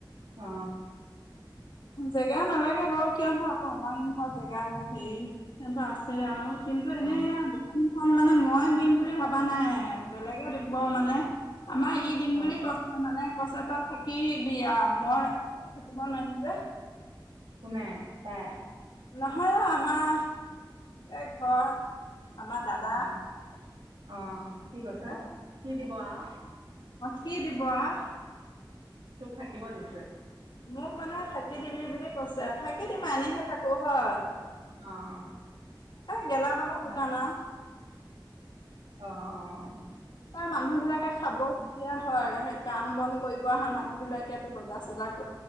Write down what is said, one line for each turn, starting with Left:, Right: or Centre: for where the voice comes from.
Right: অ
Left: জেগা নালাগে বাৰু কিয়ো আকৌ ইমান খন জেগা সেই আছে আৰু কিন্তু এনেই
Right: অ
Left: এনেই দোকানখন খন মানে মই দিম বুলি ভবা নাই। বেলেগে দিব মানে। আমাৰ ই দিম
Right: অ
Left: বুলি কৈছিলে মানে পাছত বা থাকিবি আ। মই থাকিব নোৱাৰিম যে।
Right: কোনে? তাই?
Left: নহয় অ' আমাৰ, এই ঘৰৰ আমাৰ দাদা।
Right: অ অ'। কি কৈছে?
Left: অ
Right: কি দিব আও?
Left: কি দিব আও?
Right: তোক থাকিব দিছে।
Left: মোক মানে থাকি দিবি বুলি কৈছে। থাকি দিম এনেহে থাকোঁ হয়।
Right: অ'।
Left: <unintelligible> গেলামালৰ দোকান
Right: অ
Left: আৰু।
Right: অ'-অ'-অ'।
Left: তাৰ মানুহবিলাকে খাব, তেতিয়া হয়। সেই কাম-বন কৰিব অহা মানুহবিলাকেতো বজাৰ-চজাৰ